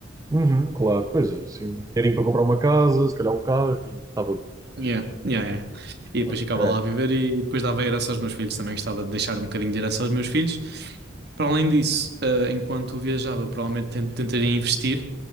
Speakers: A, on the right; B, on the right.
A: Uhum, claro. Pois, assim, dinheirinho para comprar uma casa, se calhar um carro e estava bom.
B: Yeah, yeah, yeah. E depois
A: Ok.
B: ficava lá a viver e depois dava herança aos meus filhos. Também gostava de deixar um bocadinho de herança aos meus filhos. Para além disso, eh, enquanto viajava, provavelmente ten- tentaria investir,